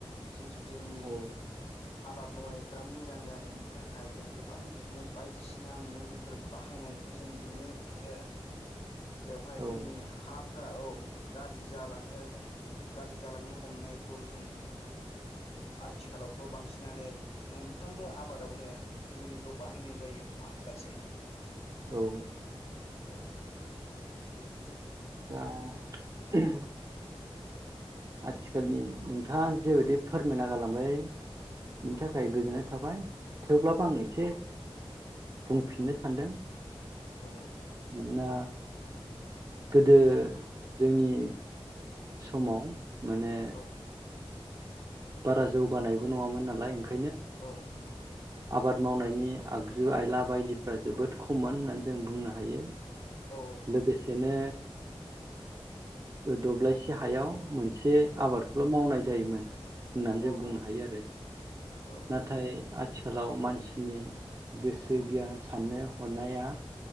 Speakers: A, on the left; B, on the right.
A: जिथु जोंनि
B: औ
A: आबाद मावनायफोरा मोजां जानायनि थाखाय जों गोबां बिदिनो बायदिसिना मुलिफोर बाहायनायखौ जों नुनो मोनो बेवहाय
B: औ
A: जोंनि हा फोरा औ गाज्रि जालांनो जों गाज्रि जालांनो हमनायखौ जों नुनो मोनो आथिखालावथ' बांसिनानो मोनफ्रोमबो आबादावनो मुलिखौ बाहायनाय जायो नङा होनब्लासै
B: औ
A: औ बेखायनो जों
B: <inaudible> आथिखालनि नोंथाङा जेबायदि फोरमायना गालांबाय बिनि थाखाय गोजोननाय थाबाय थेवब्लाबो
A: औ
B: आं एसे बुंफिननो सानदों
A: औ औ
B: ना गोदो जोंनि समाव माने
A: औ
B: बारा जौगानायबो नङामोन नालाय ओंखायनो
A: औ नंगौ
B: आबाद मावनायनि आगजु आयला बायदिफ्रा जोबोद खममोन होननानै जों बुंनो हायो
A: औ
B: लोगोसेनो दब्लायसे हायाव मोनसे
A: औ
B: आबादखौल' मावनाय जायोमोन। होननानै
A: औ
B: जों बुंनो हायो आरो
A: औ
B: नाथाय आथिखालाव मानसिनि गोसो गियान साननो हनाया।